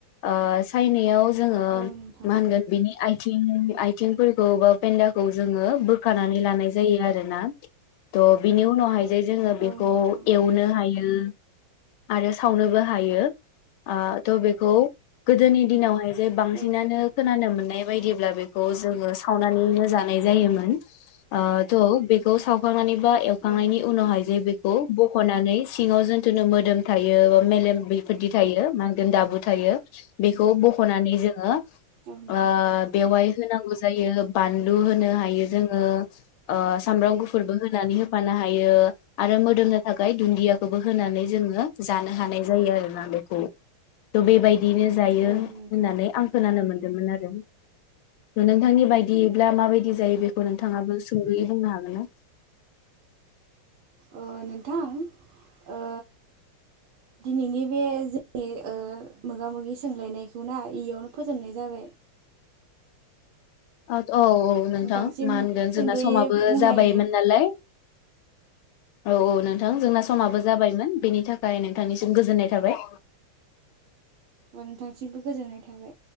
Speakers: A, on the left; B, on the right.
A: ओ सायनायाव जोङो
B: नोंथां
A: मा होनगोन बिनि आइ थिं आइथिंफोर खौ बा पेन्दाखौ जोङो बोखानानै लानाय जायो आरोना थ बिनि उनावहाय जे जोङो
B: औ
A: बेखौ
B: नोंथां
A: एवनो हायो। आरो सावनोबो हायो थ' बेखौ गोदोनि दिनावहाय जे बांसिनानो
B: औ नोंथां
A: खोनानो मोननाय बायदिब्ला बे जोङो सावनानैनो जानाय जायोमोन थ बेखौ सावखांनानै बा एवखांनायनि
B: औ नोंथां
A: उनावहाय जे बेखौ बख'नानै सिङाव जोन्थ'नो मोन मोदोम थायो बा मेलेम बेफोरदि थायो मा होनदों दाबु थायो बेखौ बख'नानै जोङो आ
B: औ नोंथां
A: बेवाय होनांगौ जायो बानलु होनो हायो जोङो सामब्राम गुफुरबो होनानै होफानो हायो आरो मोदोमनो थाखाय दुन्दियाखौबो होनानै जो जानो हानाय जायो आरोना बेखौ बेबायदि बिदिनो जायो
B: औ नोंथां
A: होननानै आं खोनानो मोनदों आरो नोंथांनि बायदि बायदियोब्ला माबायदि जायो बेखौ नोंथाङाबो सुंदयै बुंनो हागोन्। <unintelligible>
B: ओ नोंथां ओ दिनैनि बे जोंनि ओ मोगा मोगि सोंलायनायखौ ना इयावनो फोजोबनाय जाबाय।
A: <unintelligible> औ औ नोंथां
B: नोंथांसिम
A: मा होनगोन
B: सुंद'यै
A: जोंना समाबो
B: बुंनाय
A: जाबायमोन नालाय औ औ नोंथां जोंना समाबो जाबायमोन बेनि थाखाय नोंथांनिसिम गोजोननाय थाबाय
B: नोंथांसिमबो गोजोननाय थाबाय।